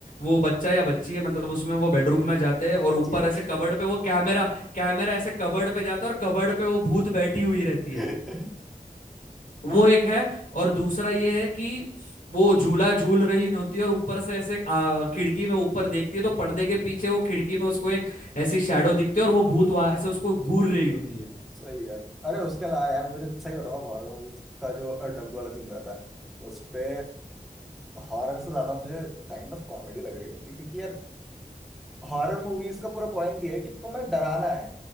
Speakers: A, on the left; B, in the centre.
A: वो बच्चा या बच्ची है मतलब उसमें वो बेडरूम में जाते हैं और
B: बच्ची
A: ऊपर
B: है
A: ऐसे कबर्ड पे वो कैमरा कैमरा ऐसे कबर्ड पे जाता है और कबर्ड पे वो भूत बैठी हुई रहती
B: सर
A: है
B: <laughs>
A: वो एक है और दूसरा ये है कि वो झूला झूल रही होती है और ऊपर से ऐसे आ, खिड़की में ऊपर देखती है तो पर्दे के पीछे वो खिड़की में उसको एक ऐसी शैडो दिखती है और वो भूत वहां से उसको घूर रही होती है
B: सही है अरे उसके अलावा यार मुझे सही बताओ हॉरर मूवीज का जो डब्ड वाला सीन रहता है उस पे हॉरर से ज्यादा मुझे काइंड ऑफ कॉमेडी लग रही होती है क्योंकि यार हॉरर मूवीज का पूरा पॉइंट ये है कि तुम्हें डराना है